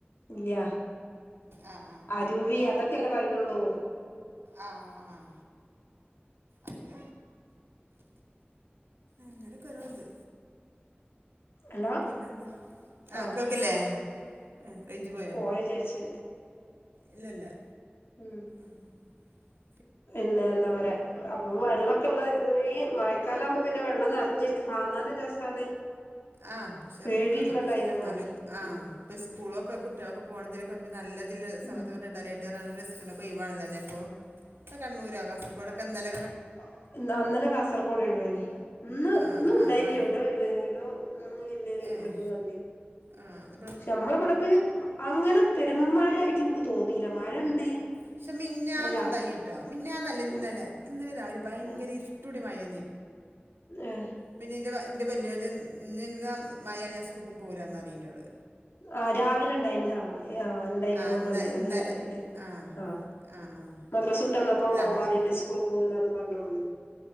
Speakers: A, on the left (about 80°); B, on the right (about 85°).
A: ഇല്ല്യ
B: ആഹ് ആഹ്
A: ടൂവി അതൊക്കല്ലേ പറയ്ണൊള്ളൂ
B: ആഹ്‌ ആഹ്‌ അതെ അങ്ങനൊക്കോരോത്
A: ഹലോ
B: പിന്നെന്താ ആഹ്‌
A: ആഹ്
B: കേൾക്കില്ലേ ഏഹ് റേഞ്ച് പോയോ
A: അപ്പൊ വിചാരിച്ചു
B: ഇല്ലല്ല
A: ഉം
B: <unintelligible>
A: പിന്നെ എന്താ പറയാ അപ്പൊ വെള്ളൊക്കെള്ള ഈ മഴക്കാലാവുമ്പോ പിന്നെ വെള്ളം നിറഞ്ഞിരിക്ക കാണാനു രസാണ്
B: ആ പക്ഷെ
A: പേടിയുള്ള
B: മ് അതൊക്കെ
A: ടൈമും
B: ശരിയാണ് ന്നാലും
A: ആണ്
B: ആഹ്
A: ഉം
B: ഇപ്പ സ്കൂളൊക്കെ കുട്ട്യേളൊക്കെ പോണതിലൊ നല്ലതില്ല സമയത്തൊക്കെ
A: ഉം
B: റെഡ് അലർ <unintelligible> ക്കെ പോവാണല്ലേ ഇപ്പൊ കണ്ണൂരോ കാസർകോട് ഒക്കെ നല്ല
A: ആ ഇന്നലെ കാസർകോടൊഴുവേനി ഇന്ന്
B: ആഹ്
A: ഒന്നും ഉണ്ടായിന
B: ആഹ് കൺ
A: എവിടോ ഒഴിവ എവിടോ ഒന്ന് ഇല്ല
B: ഏഹ്
A: ഒഴിവ കണ്ടി
B: ആഹ് അത്
A: നമ്മളുടെ ഇവിടെ അങ്ങനെ പെരുമഴയായിട്ട് എനിക്ക് തോന്നിയില്ല മഴ ഉണ്ട്
B: പക്ഷെ മിന്നാന്നുണ്ടായിട്ടോ
A: രാ
B: മിന്നാന്നല്ല ഇന്നലെ
A: ആഹ്
B: ഇന്നലെ ഒരു ഭയങ്കര
A: ആഹ്
B: ഇഷ ഇപ്പോ ഇവിടെ മഴ
A: ഏഹ്
B: പിന്നെ എന്റെ എന്റെ വല്ലുവിളി നിന്ന് മഴ അഴിഞ്ഞാ സ്കൂക്കും പോകില്ലന്ന് പറയും ന്നോട്
A: ആഹ് രാവിലെ ഉണ്ടായിന് ആ ആ് ഉണ്ടായിന്
B: ആ
A: ഓർമ്മണ്ട്
B: ഇന്ന ഇന്നലെ
A: നല്ല ഇത്
B: ആ
A: ആഹ്
B: ആ ആ
A: മദ്രാസുട്ട്ന്നപ്പ
B: അല്ല അമ്മ-
A: പറയണ്ട് സ്കൂൾ പോവില്ലന്ന് പറഞ്ഞു വന്ന